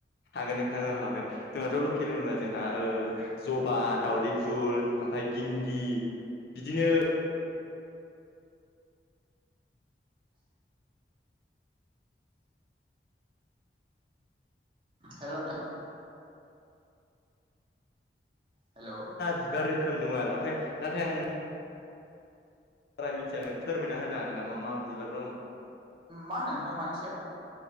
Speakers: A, on the left (about 60°); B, on the right (about 30°).
A: हागोन नोंथां ओ हागोन जोंहाथ लकेल होनबा जोंहा ओ जबा दावदै फुल ओमफ्राय गिन्दि बिदिनो <inaudible>
B: हेलौ नोंथां हेलौ
A: बिबार रोखोम दं आरो ओमफ्राय नाथाय आं बारा मिथियाखै फोरमायना होनो हागोन नामा मा बिबार दङ
B: मा नोंथां मानि सायाव